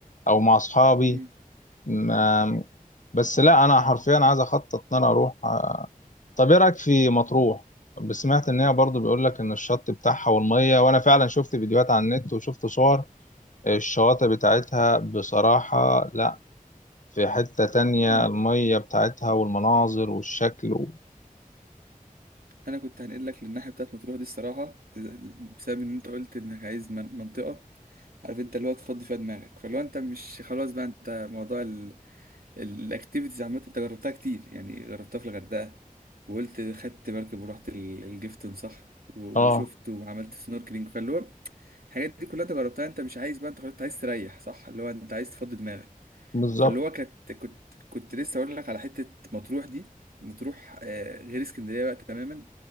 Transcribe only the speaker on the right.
مم.
أنا
أنا كنت هنقل لك للناحية بتاعت مطروح دي الصراحة بسبب إن أنت قلت إنك عايز من- منطقة عارف أنت اللي هو تفضي فيها دماغك فلو أنت مش خلاص بقى أنت موضوع الأكتيفيتيز عامة أنت جربتها كتير يعني جربتها في الغردقة وقلت خدت مركب ورحت ال- الجيفتون صح و-
وشفت وعملت سنوركلينج فاللي هو الحاجات دي كلها انت جربتها انت مش عايز بقى انت خلاص انت عايز تريح صح اللي هو انت عايز تفضي دماغك
فاللي هو كانت كنت كنت لسه اقول لك على حته مطروح دي مطروح آه، غير اسكندريه بقى تماما